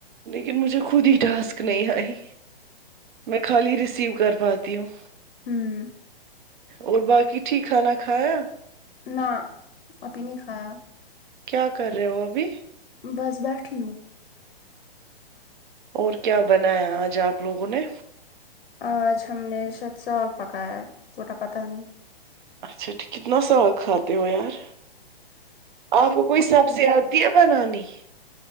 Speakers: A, on the right; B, on the left.
A: لیکن مجھے خود ہی ٹاسک نہیں آئی میں خالی ریسیو کر پاتی ہوں
B: ہمم
A: اور باقی ٹھیک کھانا کھایا
B: نہ ابھی نہیں کھایا
A: کیا کر رہے ہو ابھی
B: بس بیٹھی ہوں
A: اور کیا بنایا آج آپ لوگوں نے
B: آج ہم نے شد ساگ پکایا ہے وہ تو پتہ نہیں
A: اچھا ٹھیک کتنا سال خط ہو یار آپ کو کوئی سبزی آتی ہے بنانی